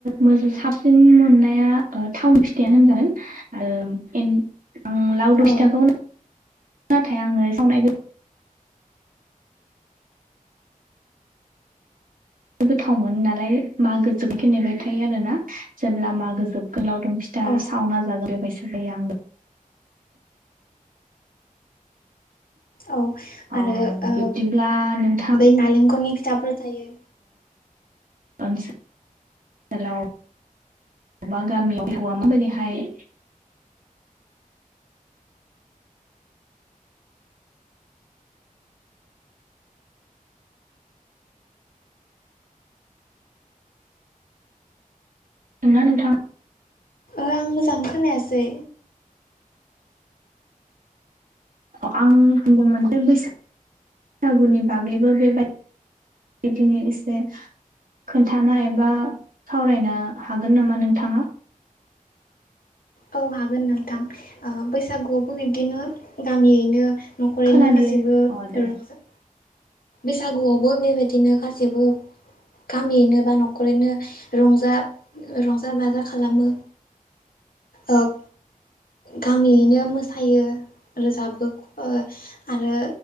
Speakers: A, on the right; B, on the left.
A: मो साबसिन मोननाया ओ थावनि फिथायानो होनजागोन आरो एन आं लावदुम
B: औ
A: फिथाखौ <inaudible> नाथाय आङो सावनाय खो गोथाव मोनो नालाय मागो जोबनायखो नेबाय थायो आरोना जेब्ला मागो जोबगोन लावदुम फि था
B: औ
A: सावना जागोन बेबायसा जायो आं।
B: औ
A: अ
B: आरो ओ
A: बिब्दिब्ला नोंथाङा
B: बै नालेंखलनि फिथाफोर थायो।
A: ओनसोलाव एबा गामियाव <unintelligible> माबोरैहाय नोंगोना नोंथां
B: थां आं मोजां खोनायासै।
A: अ आं बुंदोंमोन जे बैसागुनि बागैबो बेबायदि बिदिनो एसे खोनथाना एबा सावरायनो हागोन नामा नोंथाङा
B: औ हागोन नोंथां ओ बैसागुआवबो बिब्दिनो गामियैनो न'खरैनो
A: खोनादि
B: गासैबो
A: अ दे
B: रंजा बैसागुआवबो बेबायदिनो गासैबो गामियैनो बा न'खरैनो रंजा रंजा बाजा खालामो। ओब गामियैनो मोसायो रोजाबो ओ आरो